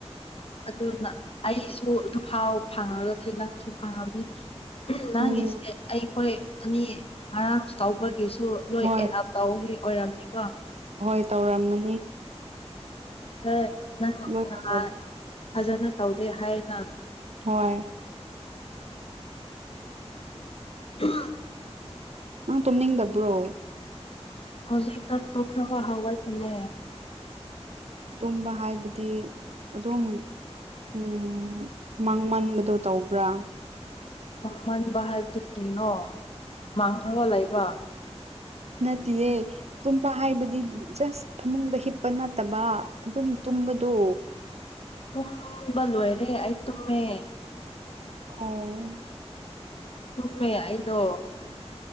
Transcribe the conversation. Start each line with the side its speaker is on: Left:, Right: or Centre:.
Left: ꯑꯗꯨꯅ ꯑꯩꯁꯨ ꯑꯗꯨꯐꯥꯎ ꯐꯪꯉꯒꯗꯤ ꯅꯪꯁꯨ ꯐꯪꯉꯝꯅꯤ ꯅꯪꯒꯤꯁꯤ
Right: ꯎꯝ
Left: ꯑꯩꯈꯣꯏ ꯑꯅꯤ ꯉꯔꯥꯡ ꯇꯧꯕꯒꯤꯁꯨ ꯂꯣꯏ
Right: ꯍꯣꯏ
Left: ꯑꯦꯗꯑꯞ ꯇꯧꯒꯤ ꯑꯣꯏꯔꯝꯅꯤꯀꯣ
Right: ꯍꯣꯏ ꯇꯧꯔꯝꯃꯅꯤ
Left: ꯍꯣꯏ ꯅꯪ
Right: ꯂꯣꯏ
Left: ꯉꯍꯥꯟ
Right: ꯇꯧꯔꯝ
Left: ꯐꯖꯅ ꯇꯧꯗꯦ ꯍꯥꯏꯅ
Right: ꯍꯣꯏ
Left: <unintelligible>
Right: ꯅꯪ ꯇꯨꯝꯅꯤꯡꯗꯕ꯭ꯔꯣ
Left: ꯍꯧꯖꯤꯛꯇ ꯇꯣꯛꯅꯕ ꯍꯋꯥꯏ ꯐꯅꯔꯦ
Right: ꯇꯨꯝꯕ ꯍꯥꯏꯕꯗꯤ ꯑꯗꯨꯝ ꯎꯝ ꯃꯪ ꯃꯟꯕꯗꯣ ꯇꯧꯕ꯭ꯔꯥ
Left: ꯃꯥꯡꯍꯟꯕ ꯍꯥꯏꯕꯕꯁꯤ ꯀꯩꯅꯣ ꯃꯥꯡꯍꯕ ꯂꯩꯕ
Right: ꯅꯌꯦ ꯇꯨꯝꯕ ꯍꯥꯏꯕꯗꯤ ꯖꯁ ꯐꯃꯨꯡꯗ ꯍꯤꯞꯄ ꯅꯠꯇꯕ ꯑꯗꯨꯝ ꯇꯨꯝꯕꯗꯣ
Left: ꯇꯨꯝꯕ ꯂꯣꯏꯔꯦꯑꯩ ꯇꯨꯝꯃꯦ
Right: ꯑꯝ
Left: ꯁꯨꯃꯤ ꯑꯩꯗꯣ